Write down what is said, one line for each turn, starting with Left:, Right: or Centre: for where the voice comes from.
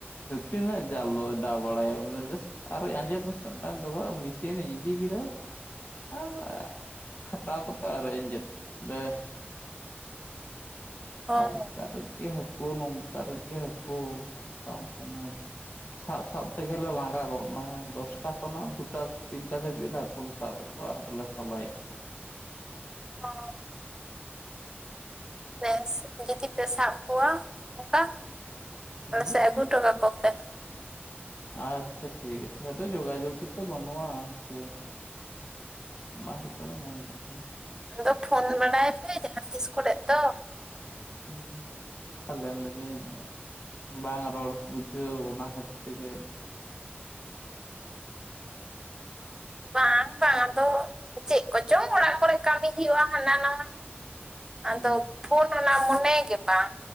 Left: ᱛᱱᱟ ᱡᱟᱞ ᱫᱚ ᱚᱲᱟᱣ ᱵᱟᱲᱟ ᱮ᱾ ᱟᱨᱚ ᱟᱸᱡᱮᱫ ᱢᱟᱥᱮ ᱢᱤᱫᱴᱟᱝ ᱰᱚᱵᱷᱟᱜ ᱢᱤᱥᱤᱱᱤᱧ ᱤᱫᱤ ᱠᱮᱫᱟ ᱟᱨ ᱠᱷᱟᱴᱟᱣ ᱠᱚᱛ ᱟᱨ ᱤᱧᱡᱮᱫ ᱵᱮᱥ
Right: ᱦᱚᱸ
Left: <inaudible> ᱱᱚᱠᱟᱨ ᱮ ᱦᱟᱹᱠᱩ ᱱᱚᱝᱠᱟ ᱨᱮᱜᱮ ᱦᱟᱹᱠᱩ ᱢᱮᱛᱟᱢ ᱠᱟᱱᱟᱭ᱾ ᱥᱟᱵ ᱥᱟᱵ ᱛᱮᱜᱮᱞᱮ ᱞᱟᱸᱜᱟ ᱜᱚᱜ ᱱᱟ ᱦᱮᱸ ᱫᱚᱥᱴᱟ ᱠᱷᱚᱱᱟᱜ ᱫᱩᱴᱟ ᱛᱤᱱᱴᱟ ᱫᱷᱟᱹᱵᱤᱡ ᱞᱮ ᱠᱩ ᱞᱮ ᱥᱟᱵ ᱮᱜ ᱠᱚᱣᱟ ᱟᱨ ᱠᱚᱞᱮ ᱥᱚᱞᱟᱭ ᱮᱜ ᱠᱚᱣᱟ
Right: ᱦᱚ ᱵᱮᱥ ᱡᱩᱫᱤ ᱯᱮ ᱥᱟᱵ ᱠᱚᱣᱟ ᱚᱝᱠᱟ
Left: ᱦᱩᱸ
Right: ᱟᱞᱮ ᱥᱮᱜ ᱟᱹᱜᱩ ᱚᱴᱚ ᱠᱟᱠᱚᱯᱮ᱾
Left: ᱟᱪᱪᱷᱟ ᱴᱷᱤᱠ ᱟᱪᱮ ᱟᱫᱚ ᱡᱳᱜᱟᱡᱳᱜ ᱛᱚ ᱵᱟᱹᱱᱩᱜᱼᱟ ᱦᱮᱸ ᱥᱮ ᱚᱱᱟ ᱦᱩᱭᱩᱜ ᱠᱟᱱᱟ ᱢᱮᱱ ᱠᱟᱛᱷᱟ᱾
Right: ᱟᱫᱚ ᱯᱷᱳᱱ ᱵᱟᱲᱟᱭ ᱯᱮ ᱡᱟᱦᱟᱸ ᱛᱤᱥ ᱠᱚᱨᱮᱜ ᱫᱚ
Left: ᱦᱮᱸ ᱛᱟᱞᱮ ᱞᱤᱫᱟᱹᱧ ᱵᱟᱝ ᱨᱚᱲ ᱵᱩᱡᱷᱟᱹᱣ ᱚᱱᱟ ᱠᱷᱟᱹᱛᱤᱨ ᱛᱮᱜᱮ
Right: ᱵᱟᱝ ᱵᱟᱝ ᱟᱫᱚ ᱪᱮᱜ ᱠᱚᱪᱚᱝ ᱚᱲᱟᱜ ᱠᱚᱨᱮ ᱠᱟᱹᱢᱤ ᱦᱩᱭᱩᱜᱼᱟ ᱦᱟᱱᱟ ᱱᱟᱣᱟ ᱟᱫᱚ
Left: ᱚ
Right: ᱯᱷᱳᱱ ᱚᱱᱟ ᱢᱚᱱᱮ ᱜᱮ ᱵᱟᱝ